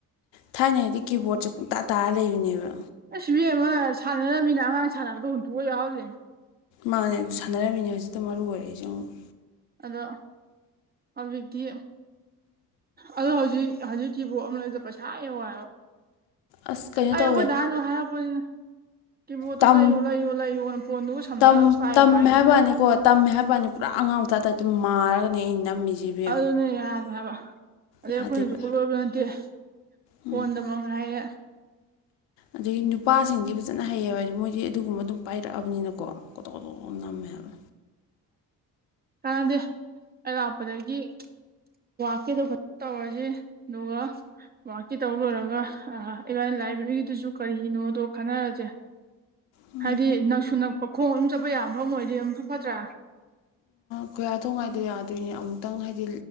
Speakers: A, on the left (about 65°); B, on the right (about 20°).
A: ꯊꯥꯏꯅꯉꯩꯗꯤ ꯀꯤꯕꯣꯔꯗꯁꯦ ꯄꯨꯡꯇꯥ ꯇꯥꯔ ꯂꯩꯕꯅꯦꯕ
B: ꯑꯩ ꯁꯤ ꯚꯕꯤꯦꯝ ꯑꯃ ꯁꯥꯟꯅꯔꯝꯃꯤꯅ ꯑꯉꯥꯡ ꯁꯥꯟꯅꯕꯗꯣ ꯍꯨꯟꯇꯣꯛꯑꯒ ꯌꯥꯎꯍꯜꯂꯦ
A: ꯃꯥꯅꯦ ꯑꯗꯨ ꯁꯥꯟꯅꯔꯝꯃꯤꯅꯦ ꯍꯧꯖꯤꯛꯇꯗ ꯃꯔꯨ ꯑꯣꯏꯔꯛꯏꯁꯦ ꯑꯃꯉꯛ
B: ꯑꯗꯣ ꯍꯧꯖꯤꯛꯇꯤ ꯑꯗꯨ ꯍꯧꯖꯤꯛ ꯍꯧꯖꯤꯛꯀꯤ ꯄꯣꯠ ꯑꯃꯅꯗ ꯄꯩꯁꯥ ꯏ ꯍꯥꯏꯕ
A: ꯑꯁ ꯀꯩꯅꯣ
B: ꯑꯈꯣꯏ
A: ꯇꯧꯋꯦ
B: ꯗ ꯋꯥ ꯍꯥꯔꯕꯨ ꯀꯤꯕꯣꯔꯠꯇꯨ
A: ꯇꯝ
B: ꯂꯩꯌꯨ ꯂꯩꯌꯨ ꯂꯩꯌꯨꯅ ꯐꯣꯟꯗꯨꯒ ꯁꯝꯅꯔꯒ
A: ꯇꯝ
B: ꯄꯥꯏꯌꯨ
A: ꯇꯝꯃꯦ
B: ꯄꯥꯏꯌꯨꯅ
A: ꯍꯥꯏꯕꯅꯤꯀꯣ ꯇꯝꯃꯦ ꯍꯥꯏꯕꯅꯤ ꯄꯨꯔꯥ ꯑꯉꯥꯡ ꯃꯆꯥꯥꯇ ꯑꯗꯨꯝ ꯃꯥꯔꯒꯅꯤ ꯑꯩꯩꯅ ꯅꯝꯃꯤꯁꯤꯦ
B: ꯑꯗꯨꯅ ꯌꯥꯗꯦ ꯍꯥꯏꯕ ꯑꯗꯩ
A: ꯌꯥꯗꯦꯕ
B: ꯑꯩꯈꯣꯏꯅꯁꯨ ꯈꯨꯠꯣꯏꯕ ꯅꯠꯇꯦ
A: ꯎꯝ
B: ꯐꯣꯟꯗ ꯃ ꯉꯥꯏꯔꯦ
A: ꯑꯗꯒꯤ ꯅꯨꯄꯥꯁꯤꯡꯗꯤ ꯐꯖꯅ ꯍꯩꯌꯦꯕ ꯍꯥꯏꯗꯤ ꯃꯣꯏꯗꯤ ꯑꯗꯨꯒꯨꯝꯕ ꯑꯗꯨꯝ ꯄꯥꯏꯔꯛꯑꯕꯅꯤꯅꯀꯣ ꯀꯣ ꯀꯅꯥꯝꯃꯦ ꯍꯥꯏ
B: ꯀꯔꯗꯤ ꯑꯔꯥꯛꯄꯗꯒꯤ ꯋꯥꯛꯀꯤꯗꯨꯣ ꯐꯖ ꯇꯧꯔꯁꯤ ꯑꯗꯨꯒ ꯋꯥꯛꯀꯤ ꯇꯧ ꯂꯣꯏꯔꯒ ꯏꯔꯥꯏ ꯂꯥꯏꯕ꯭ꯔꯦꯔꯤꯒꯤꯗꯨꯁꯨ ꯀꯔꯤꯅꯣꯗꯣ ꯈꯟꯅꯔꯁꯦ
A: ꯎꯝ
B: ꯍꯥꯏꯗꯤ ꯅꯛꯁꯨ ꯅꯛꯄ ꯈꯣꯡ ꯑꯗꯨꯝ ꯆꯠꯄ ꯌꯥꯝ ꯐ ꯑꯣꯏꯗꯤ ꯑ ꯄꯠꯇ꯭ꯔꯥ
A: ꯈꯨꯣꯏꯌꯥ ꯊꯣꯡ ꯍꯥꯏꯥꯏꯗ ꯌꯥꯗꯣꯏꯅꯦ ꯑꯃꯨꯛꯇꯪ ꯍꯥꯏꯗꯤ